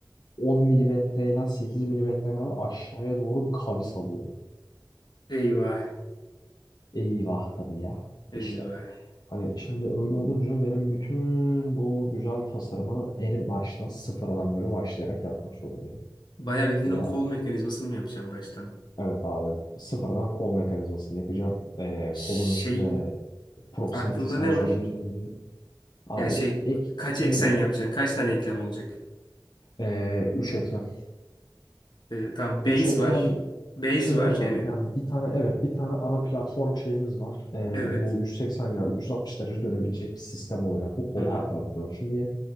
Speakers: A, on the left; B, on the left.
A: 10 milimetreyle 8 milimetre kadar aşağıya doğru bir kavis alıyor.
B: Eyvah.
A: Eyvah tabii ya
B: Eyvah.
A: işte. Hani şimdi öyle olunca benim bütün bu güzel tasarımı en baştan sıfırdan böyle başlayarak yapmak zorundayım.
B: Bayağı bildiğin
A: Ve
B: o kol mekanizmasını mı yapacağım baştan?
A: Evet abi. Sıfırdan kol mekanizmasını yapacağım. Ee,
B: Şey
A: kolun üstüne proximity
B: aklında
A: sensörümüz
B: ne var?
A: gelecek. Abi
B: Ya şey
A: ek,
B: kaç eksen
A: benim ek,
B: yapacaksın? Kaç tane eklem olacak?
A: ee, üç eklem.
B: Ee, tamam base
A: Üç eklem
B: var. Base
A: şeyimiz
B: var
A: var.
B: yani
A: Yani bir tane evet bir tane ana platform şeyimiz var. Ee,
B: evet.
A: bu 180 yani 360 derece dönebilecek bir sistem olacak. Bu kol
B: Hı hı.
A: her tarafa dönsün diye.